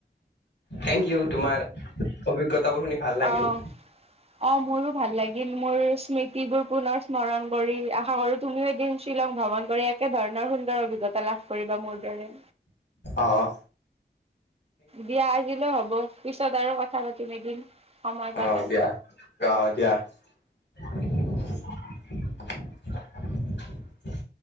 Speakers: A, on the left; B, on the right.
A: থেংক ইউ তোমাৰ অভিজ্ঞতাাবোৰ শুনি ভাল লাগিল
B: আহ অ মোৰো ভাল লাগিল মোৰ স্মৃতিবোৰ পুনৰ স্মৰণ কৰি আশা কৰো তুমিও এদিন শ্বিলং ভ্ৰমণ কৰি একে ধৰণৰ সুন্দৰ অভিজ্ঞতা লাভ কৰিবা মোৰ দৰে
A: অহ
B: দিয়া আজিলে হ'ব। পিছত আৰু কথা পাতিম এদিন। সময় পালে।
A: অ দিয়া অহ দিয়া। <unintelligible>